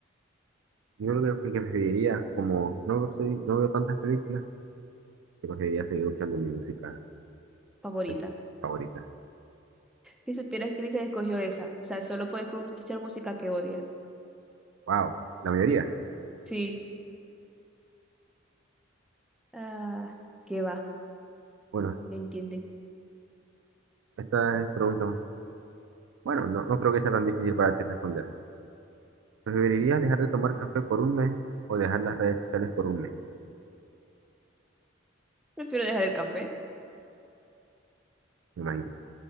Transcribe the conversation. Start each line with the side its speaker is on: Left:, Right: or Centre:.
Right: Yo creo que que preferiría, como no soy, no veo tantas películas, que preferiría seguir escuchando mi música
Centre: Favorita.
Right: eh, favorita.
Centre: Si supieras que Lisa escogió esa. O sea, solo puedes escuchar música que odia.
Right: Wow, la mayoría.
Centre: Sí. Ah, qué va.
Right: Bueno,
Centre: No entienden.
Right: Esta es pregunta. Bueno, no, no creo que sea tan difícil para ti responder. ¿Preferirías dejar de tomar café por un mes o dejar las redes sociales por un mes?
Centre: Prefiero dejar el café,
Right: Me imagino.